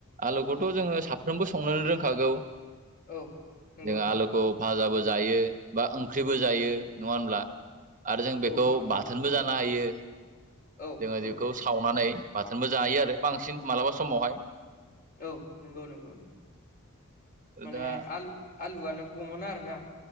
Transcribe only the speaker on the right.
आलुखौथ' जोङो साफ्रोमबो संनोनो रोंखागौ
जोंहा
आलुखौ फाजाबो जायो बा ओंख्रिबो जायो नङा होनब्ला आरो जों बेखौ
बाथोनबो जानो हायो
जोङो
बेखौ सावनानै बाथोनबो जायो आरो बांसिन मालाबा समावहाय
दा